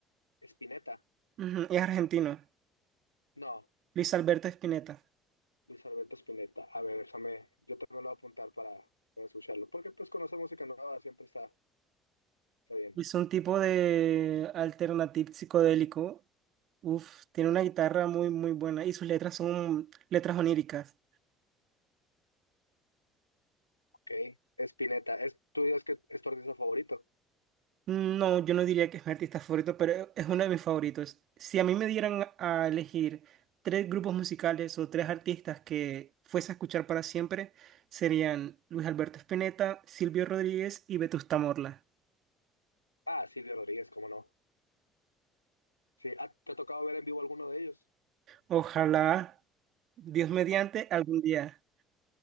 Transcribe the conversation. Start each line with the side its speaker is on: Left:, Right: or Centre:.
Left: Spinetta.
Right: Ujú, es argentino.
Left: No,
Right: Luis Alberto Spinetta.
Left: Luis Alberto Spinetta. A ver, déjame, yo también lo voy a apuntar para, para escucharlo, porque pues conocer música nueva siempre está, está bien.
Right: Hizo un tipo de alternative psicodélico. Uf, tiene una guitarra muy, muy buena y sus letras son letras oníricas.
Left: Ok, Spinetta. ¿Es, ¿tú dirías que es tu artista favorito?
Right: No, yo no diría que es mi artista favorito, pero es uno de mis favoritos. Si a mí me dieran a elegir tres grupos musicales o tres artistas que fuese a escuchar para siempre, serían Luis Alberto Spinetta, Silvio Rodríguez y Vetusta Morla.
Left: Ah, Silvio Rodríguez, cómo no. Sí, ah, ¿te ha tocado ver en vivo alguno de ellos?
Right: Ojalá, Dios mediante, algún día.